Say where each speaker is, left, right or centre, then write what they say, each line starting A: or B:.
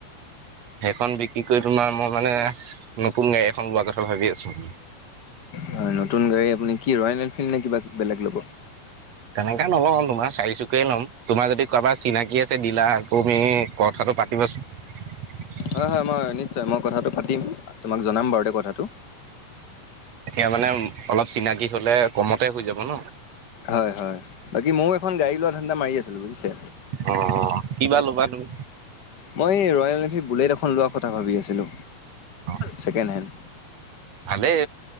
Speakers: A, on the right (about 50°); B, on the left (about 35°).
A: সেইখন বিক্ৰী কৰি তোমাৰ মই মানে- নতুন গাড়ী এখন লোৱাৰ কথা ভাবি আছো
B: হয় নতুন গাড়ী আপুনি- কি ৰয়েল এনফিল্ড নে কিবা বেলেগ ল'ব?
A: এনেকা নলওঁ তোমাৰ চাৰিচুকীয়া- এইটোৱে লম, তোমাৰ যদি কাৰবাৰ চিনাকি আছে দিলা তুমি কথাটো পাতিবাচোন। <unintelligible>
B: হয় হয় মই নিশ্চয় মই কথাটো পাতি তোমাক জনাম বাৰু দে কথাটো।
A: এতিয়া মানে অলপ চিনাকি হ'লে কমতে হৈ যাব ন।
B: হয় হয়, বাকী ময়ও এখন গাড়ী লোৱা ধান্দা মাৰি আছিলো বুজিছে।
A: অঁ কিবা ল'বা তুমি?
B: মই এই ৰয়েল বুলেট এখন লোৱা কথা ভাবি আছিলো
A: অ
B: ছেকেণ্ডহেণ্ড।
A: ভালেই